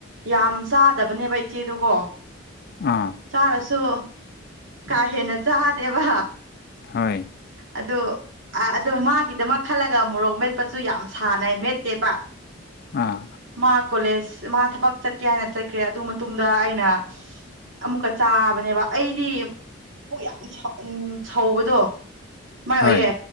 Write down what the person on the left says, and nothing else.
ꯑꯥ
ꯍꯣꯏ
ꯑꯥ
ꯍꯣꯏ